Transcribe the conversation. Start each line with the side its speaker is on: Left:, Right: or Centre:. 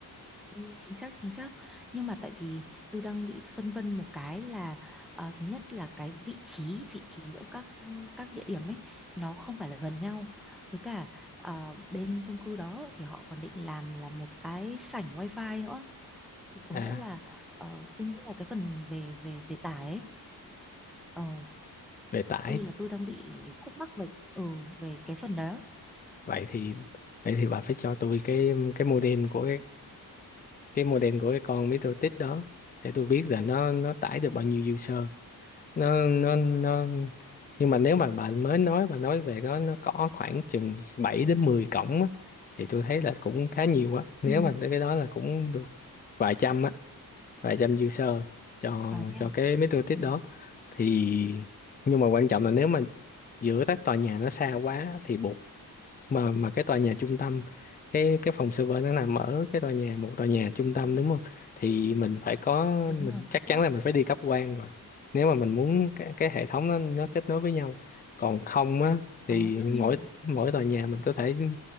Centre: Ừ, chính xác chính xác nhưng mà tại vì tôi đang bị phân vân một cái là ờ, thứ nhất là cái vị trí vị trí giữa các các địa điểm ấy nó không phải là gần nhau với cả ờ, bên chung cư đó thì họ còn định làm là một cái sảnh wifi nữa thì có
Left: à
Centre: nghĩa là ờ, tôi nghĩ là cái phần về về về tải ấy ờ,
Left: về tải
Centre: tôi là tôi đang bị khúc mắc về ừ, về cái phần đó
Left: vậy thì vậy thì bà phải cho tôi cái cái model của cái cái model của cái con MetroTik đó để tôi biết là nó nó tải được bao nhiêu user nó nó nó nhưng mà nếu mà bà mới nói bà nói về nó nó có khoảng chừng 7 đến 10 cổng á, thì tôi thấy là cũng khá nhiều á nếu
Centre: ừ.
Left: mà tới cái đó là cũng được vài trăm á vài trăm user cho
Centre: à thế
Left: cho
Centre: à
Left: cái MetroTik
Centre: ừ.
Left: đó thì nhưng mà quan trọng là nếu mà giữa các tòa nhà nó xa quá thì buộc mà mà cái tòa nhà trung tâm cái cái phòng server nó nằm ở cái tòa nhà một tòa nhà trung tâm đúng không thì mình phải có
Centre: đúng
Left: mình
Centre: rồi chính
Left: chắc
Centre: xác
Left: chắn là mình phải đi cấp quang rồi nếu mà mình muốn cái, cái hệ thống nó nó kết nối với nhau còn không á thì
Centre: ờ, tất
Left: mỗi
Centre: nhiên
Left: mỗi tòa nhà mình có thể